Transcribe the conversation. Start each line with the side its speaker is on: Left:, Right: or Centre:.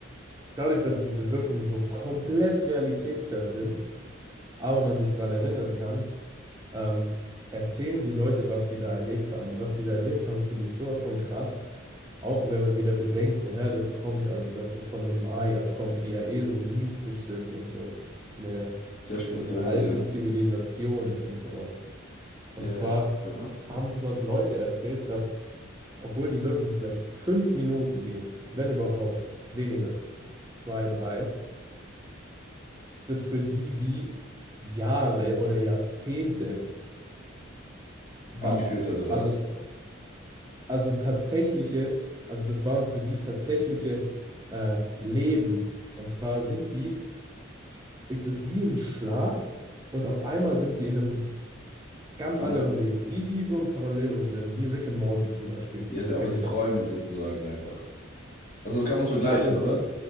Right: dadurch, dass diese Wirkungen so komplett realitätsfern sind, aber man sich daran erinnern kann, ähm, erzählen die Leute, was sie da erlebt haben. Und was sie da erlebt haben, finde ich sowas von krass. Auch wenn man wieder bedenkt, woher das kommt, also dass es von den Mayas kommt, die ja eh so mystisch sind und so eine,
Left: Sehr spirituell,
Right: so eine alte
Left: ja.
Right: Zivilisation ist und sowas. Und
Left: Ja,
Right: zwar
Left: ja, sag mal.
Right: haben dort Leute erzählt, dass, obwohl die Wirkung vielleicht fünf Minuten geht, wenn überhaupt, weniger, zwei, drei, das für die wie Jahre oder Jahrzehnte war.
Left: Angeführt hat, oder
Right: Also,
Left: was?
Right: also tatsächliche, also das waren für die tatsächliche äh, Leben. Und zwar sind die, ist es wie ein Schlag und auf einmal sind die in einem ganz
Left: andere
Right: anderen Leben, wie, wie so ein Paralleluniversum, wie Rick and Morty zum Beispiel.
Left: ja, sie- aber
Right: Kennst
Left: sie träumen
Right: du ja.
Left: sozusagen einfach. Also so kann man es vergleichen,
Right: Ja, aber es,
Left: oder?